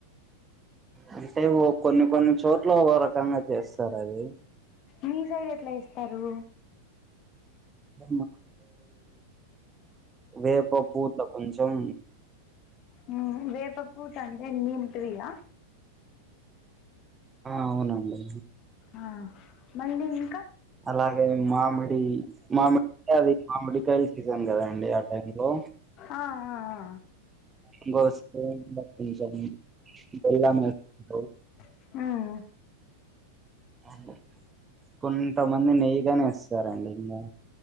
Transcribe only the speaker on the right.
అంటే ఓ కొన్ని కొన్ని చోట్ల ఒక రకంగా చేస్తారు అది
మ వేప పూత కొంచం
ఆ అవునండి
అలాగే మామిడి మామిడి అది మిడికాయల సీజన్ కదాండి ఆ టైం లో
గోస్త <unintelligible> బెల్లము ఏస్కో
అవు కొంతమంది నెయ్యిగాని ఏస్ సరండి ఇంగా